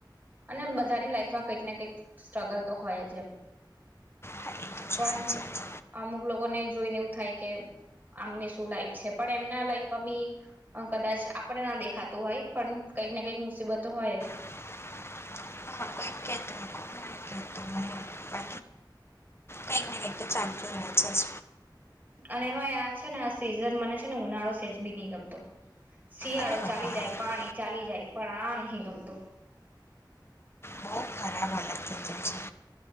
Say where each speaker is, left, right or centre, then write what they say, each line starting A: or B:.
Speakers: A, on the right; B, on the left.
A: અને બધાની લાઈફમાં કંઈક ને કંઈક સ્ટ્રગલ તો હોયજ એમ.
B: હા એ તો છે,
A: પણ
B: સાચી વાત છે.
A: અમુક લોકો ને જોઈને એવું થાય કે આમની શું લાઈફ છે, પણ એમના લાઈફમાં બી કદાચ આપણે ના દેખાત તુ હોય, પણ કંઈક ને કંઈક મુસીબતો હોય જ.
B: <unintelligible>
A: હમ્મ.
B: કઈ નેગેટિવ ચાલતુ રહે છે જ.
A: અને એમાંય આ છેને આ સિઝન, મને છેને ઉનાળો સેજ બી નહિ ગમતો. શિયાળો
B: અરે બાપા
A: ચાલી જાય, પાણી ચાલી જાય, પણ આ નહિ ગમતો.
B: બહું ખરાબ હાલત થઈ જાય છે.